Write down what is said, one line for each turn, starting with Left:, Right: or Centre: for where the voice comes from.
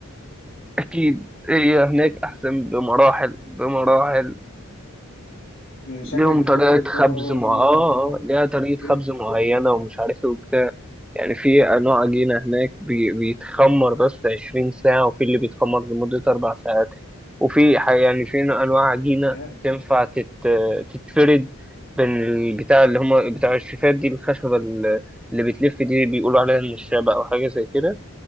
Centre: أكيد هي هناك أحسن بمراحل بمراحل ليهم
Left: شكلك بتحب
Centre: طريقة
Left: السفر
Centre: خبز
Left: أوي يا
Centre: مع
Left: جو
Centre: آه
Left: انت انك تقعد
Centre: آه، ليها طريقة
Left: شهرين
Centre: خبز
Left: في
Centre: معينة
Left: ايطاليا
Centre: ومش عارف إيه وبتاع. يعني في نوع عجينة هناك بي- بيتخمر بس 20 ساعة وفي اللي بيتخمر لمدة أربع ساعات وفي ح- يعني في نوع- أنواع عجينة
Left: يا
Centre: تنفع تت... تتفرد بين البتاع اللي هما بتاع الشيفات دي الخشبة ال- اللي بتلف دي بيقولوا عليها النشابة أو حاجة زي كده